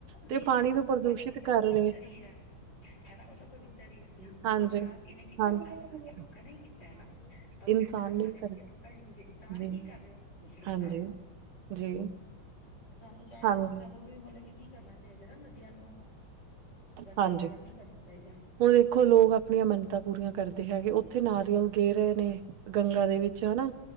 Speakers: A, on the left; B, on the right.
A: ਨਹੀਂ
B: ਤੇ ਪਾਣੀ
A: ਦੇਖੋ
B: ਨੂੰ
A: ਗੰਗਾ
B: ਪ੍ਰਦੂਸ਼ਿਤ
A: ਨਦੀ ਤਾਂ
B: ਕਰ
A: ਪਵਿੱਤਰ
B: ਰਹੇ
A: ਈ ਐ - ਹਨਾ ਉਹ ਤਾਂ ਪਵਿੱਤਰ ਈ ਐ ਉਹਨੂੰ
B: ਹਾਂਜੀ।
A: ਖ਼ਰਾਬ ਕਿੰਨੇ ਕੀਤਾ
B: ਹਾਂਜੀ-ਹਾਂਜੀ
A: ਸਾਡੇ ਵਰਗੇ ਲੋਕਾਂ ਨੇ ਹੀ ਕੀਤਾ ਹਨਾ- ਅਪਵਿੱਤਰ
B: ਇਨਸਾਨ ਨੇ
A: ਸਾਡੇ
B: ਕਰ
A: ਵਰਗੇ ਲੋਕਾਂ ਨੀ ਕਿਤੇ ਇਨਸਾਨ
B: ਜੀ
A: ਈ ਕਰ ਰਹੇ ਉਸਨੂੰ
B: ਹਾਂਜੀ
A: ਖਰਾਬ -
B: ਜੀ
A: ਸਾਨੂੰ ਚਾਹੀਦਾ
B: ਹਾਂਜੀ।
A: ਕਿ ਸਾਨੂੰ- ਮਤਲਬ ਕਿ ਨਹੀਂ ਕਰਨਾ ਚਾਹੀਦਾ ਨਾ ਨਦੀਆਂ ਨੂੰ
B: ਹਾਂਜੀ-ਹਾਂਜੀ
A: ਗੰਦਾ ਵਗੈਰਾ ਨਹੀਂ ਕਰਨਾ ਚਾਹੀਦਾ-
B: ਹੁਣ ਦੇਖੋ ਲੋਕ ਆਪਣੀਆਂ ਮੰਨਤਾਾਂ ਪੂਰੀਆਂ ਕਰਦੇ ਹੈਗੇ ਉੱਥੇ ਨਾਰੀਅਲ ਗੇ ਰਹੇ ਨੇ- ਗੰਗਾ ਦੇ ਵਿੱਚ ਹਨਾ